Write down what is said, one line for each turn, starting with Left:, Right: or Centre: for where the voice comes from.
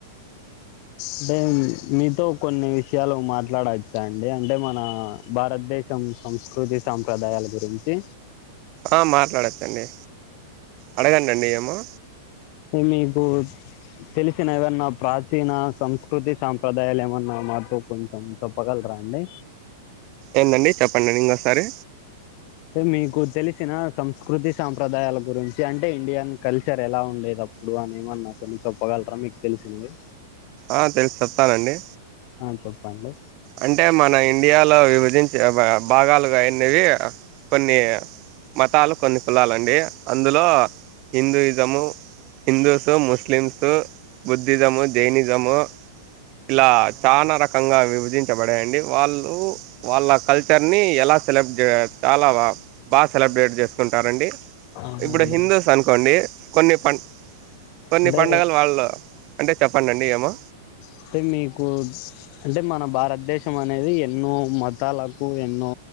Left: అంటే మీతో కొన్ని విషయాలు మాట్లాడచ్చా అండి అంటే మన భారతదేశం సంస్కృతి సాంప్రదాయాల గురించి
Right: ఆ మాట్లాడచ్చండి అడగం డండి ఏమో
Left: మీకు తెలిసిన ఏదన్నా ప్రాచీన సంస్కృతి సాంప్రదాయాలు ఏమన్నా మాతో కొంచెం చెప్పగలరా అండి
Right: ఏందండి చెప్పండి ఇంకోసారి
Left: అంటే మీకు తెలిసిన సంస్కృతి సాంప్రదాయాల గురించి అంటే ఇండియన్ కల్చర్ ఎలా ఉండేది అప్పుడు అనేమన్నా కొన్ని చెప్పగలరా మీకు తెలిసినవి
Right: ఆ తెలుసు చెస్తానండి
Left: ఆ చెప్పండి
Right: అంటే మన ఇండియాలో విభజించే బ- భాగాలుగా అయ్యిన్నేవి కొన్ని మతాలు కొన్ని కులాలండి అందులో హిందూయిజము, హిందూసు, ముస్లిమ్సు, బుద్ధిజము, జైనిజము ఇలా చానా రకంగా విభజ విధించబడాయండి వాళ్ళు వాళ్ళ కల్చర్ ని ఎలా సెలబ్ చాలా బా సెలబ్రేట్ చేసుకుంటారండి
Left: అవునండి
Right: ఇప్పుడు హిందూస్ అనుకోండి కొన్ని పం కొన్ని
Left: అంటే
Right: పండుగలు వాళ్ళు అంటే చెప్పండండి ఏమో
Left: అంటే మీకు అంటే మన భారతదేశం అనేది ఎన్నో మతాలకు ఎన్నో